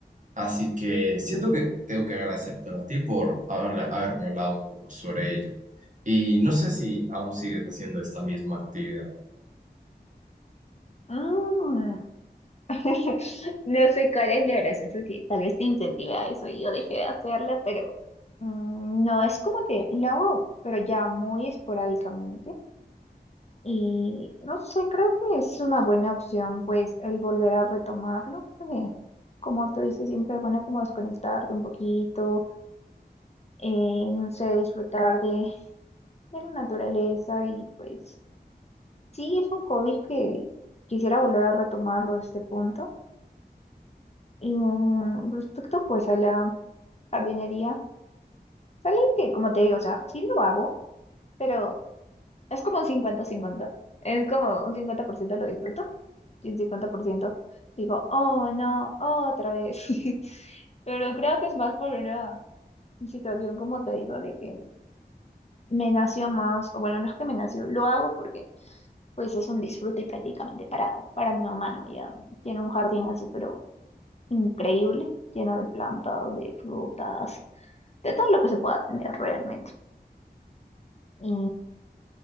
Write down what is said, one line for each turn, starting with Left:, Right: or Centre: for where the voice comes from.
Right: Así que siento que tengo que agradecértelo a ti por habla- haberme hablado un poco sobre ello. Y no sé si aún sigues haciendo esta misma actividad.
Left: Mm. <laughs> No sé cuál es la gracia, eso sí, tal vez te incentiva a eso y yo dejé de hacerlo, pero mm, no es como que lo hago, pero ya muy esporádicamente. Y no sé, creo que es una buena opción, pues, el volver a retomarlo, porque, como tú dices, siempre es bueno como desconectarte un poquito, eh, no sé, disfrutar de, de la naturaleza y pues, sí, es un hobby que quisiera volver a retomarlo a este punto. Y mm, respecto, pues, a la jardinería, sale que, como te digo, o sea, sí lo hago, pero es como un cincuenta cincuenta es como un 50% lo disfruto y el 50% digo, oh no, otra vez. <laughs> Pero creo que es más por una situación, como te digo, de que me nació más, o bueno, no es que me nació, lo hago porque pues es un disfrute prácticamente para, para mi mamá, ¿no? Ella tiene un jardín así, pero increíble, lleno de plantas, de frutas, de todo lo que se pueda tener realmente. Y